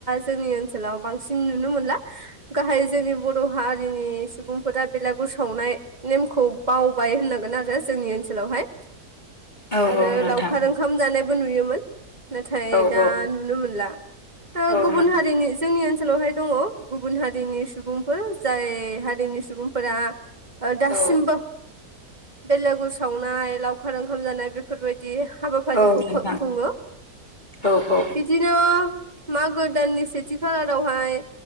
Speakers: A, on the right (about 30°); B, on the left (about 30°).
A: जोंनि ओनसोलाव बांसिन नुनो मोनला गाहाय जोंनि बर' हारिनि सुबुंफोरा बेलागुर सावनाय नेमखौ बावबाय होननांगोन आरो जोंनि ओनसोलावहाय
B: औ
A: आरो
B: औ नोंथां
A: लावखार ओंखाम जानाय बो नुयोमोन नाथाय
B: औ
A: दा
B: औ
A: नुनो मोनला सो
B: औ
A: गुबुन
B: नोंथां
A: हारिनि जोंनि ओनसोल ओनसोलावहाय दङ गुबुन हारिनि सुबुंफोर जाय जाय हारिनि सुबुंफोरा ओ दासिमबो
B: औ
A: बेलागुर सावनाय लावखार ओं ओंखाम जानाय बेफोरबायदि हाबाफारिखौ
B: औ नोंथां
A: खं खुङो
B: औ औ
A: बिदिनो मागो दाननि सेथि खालारावहाय